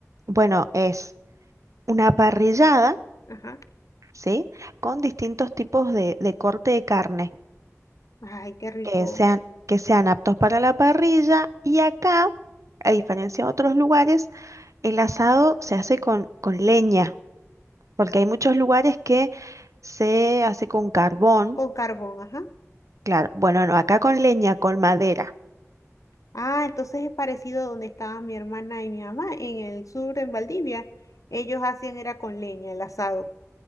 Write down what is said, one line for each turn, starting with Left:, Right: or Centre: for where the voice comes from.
Right: bueno, es una parrillada,
Left: Ajá.
Right: ¿sí? Con distintos tipos de de corte de carne.
Left: Ay, qué rico.
Right: que sean, que sean aptos para la parrilla y acá, a diferencia de otros lugares, el asado se hace con, con leña, porque hay muchos lugares que se hace con carbón,
Left: Con carbón, ajá.
Right: claro, bueno, no, acá con leña, con madera,
Left: Ah, entonces es parecido a donde estaba mi hermana y mi mamá, en el sur, en Valdivia. Ellos hacían era con leña, el asado.